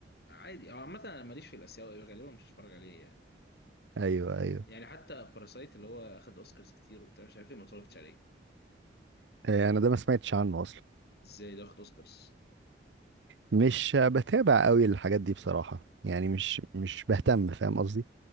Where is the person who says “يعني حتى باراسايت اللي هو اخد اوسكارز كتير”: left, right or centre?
Left